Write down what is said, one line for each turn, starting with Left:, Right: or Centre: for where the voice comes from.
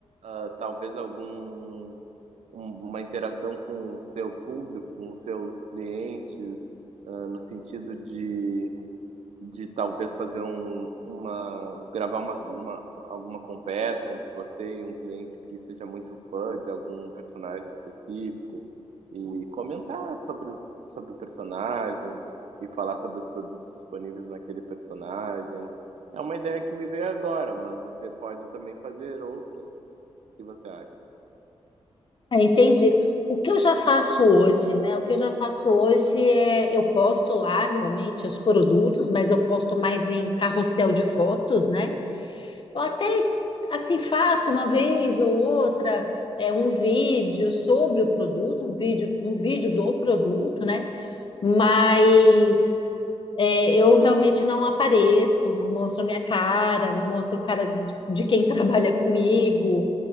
Right: ah, talvez algum um- uma interação com o seu público, com os seus clientes, ah, no sentido de de talvez fazer um uma gravar uma uma alguma conversa entre você e um cliente que seja muito fã de algum personagem específico, e comentar sobre o sobre o personagem, e falar sobre os produtos disponíveis naquele personagem. É uma ideia que me veio agora, mas você pode também fazer outras. O que você acha?
Left: é, entendi. O que eu já faço hoje, né? O que eu já faço hoje é eu posto lá realmente os produtos, mas eu posto mais em carrossel de fotos, né? Eu até assim faço uma vez ou outra é, um vídeo sobre o produto, um vídeo, um vídeo do produto, né? mas é, eu realmente não apareço, não mostro a minha cara, não mostro a cara de, de quem <laughs> trabalha comigo.